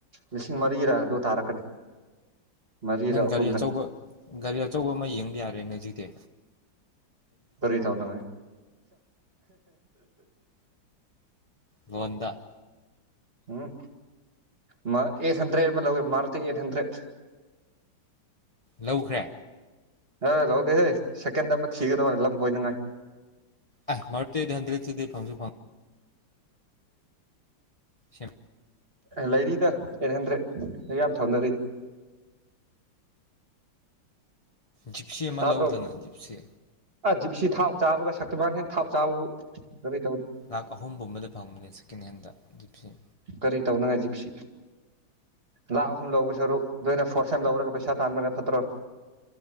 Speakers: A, on the right; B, on the left.
A: ꯂꯤꯁꯤꯡ ꯃꯔꯤꯔ ꯑꯗꯨ ꯇꯥꯔꯛꯀꯅꯤ ꯃꯔꯤꯔ
B: ꯅꯪ
A: ꯑꯍꯨꯝꯔ
B: ꯒꯥꯔꯤ ꯑꯆꯧꯕ ꯒꯥꯔꯤ ꯑꯆꯧꯕ ꯑꯃ ꯌꯦꯡꯕ ꯌꯥꯔꯦ ꯔꯦꯅꯖꯤꯗꯦ
A: ꯋꯔꯤ ꯇꯥꯎ ꯅꯉꯥꯏ
B: ꯂꯣꯟꯗ
A: ꯎꯝ ꯃ ꯑꯦꯠ ꯍꯟꯗ꯭ꯔꯦꯠ ꯂꯧ ꯃꯔꯨꯇꯤ ꯑꯦꯠ ꯍꯟꯗ꯭ꯔꯦꯠ
B: ꯂꯧꯈ꯭ꯔꯦ
A: ꯑ ꯂꯧꯗꯦꯍꯦ ꯁꯦꯀꯦꯟꯗ ꯑꯃ ꯊꯤꯒꯗꯕꯅꯦ ꯂꯝ ꯀꯣꯏꯅꯉꯥꯏ
B: ꯑ ꯃꯔꯨꯇꯤ ꯑꯦꯠ ꯍꯟꯗ꯭ꯔꯦꯠꯗꯤ ꯐꯪꯁꯨ ꯐꯪ ꯁꯤ
A: ꯂꯩꯔꯤꯗ ꯑꯩꯠ ꯍꯟꯗ꯭ꯔꯦꯠ ꯌꯥꯝ ꯊꯧꯅꯔꯤꯗ
B: ꯖꯤꯞꯁꯤ ꯑꯃ
A: ꯇꯥꯕ꯭ꯔꯣ
B: ꯂꯧꯗꯅ ꯖꯤꯞꯁꯤ
A: ꯑ ꯖꯤꯞꯁꯤ ꯊꯥꯎ ꯆꯥꯕꯒ ꯁꯛꯇꯤ ꯃꯥꯟ ꯍꯦꯟ ꯊꯥꯎ ꯆꯥꯕꯕꯨ ꯀꯔꯤ ꯇꯧ
B: ꯂꯥꯛ ꯑꯍꯨꯝ ꯒꯨꯝꯕꯗ ꯐꯪꯕꯅꯦ ꯁꯦꯀꯦꯟ ꯍꯦꯟꯗꯣ ꯖꯤꯞꯁꯦ
A: ꯀꯔꯤ ꯇꯧꯅꯉꯥꯏꯒꯤ ꯖꯤꯞꯁꯤ ꯂꯥꯛ ꯑꯍꯨꯝ ꯂꯧꯗ ꯁꯔꯨꯛ ꯐꯥꯔꯁ ꯍꯦꯟ ꯂꯧꯔꯒ ꯄꯩꯁꯥ ꯇꯥꯟꯕꯅ ꯐꯠꯇꯔꯣ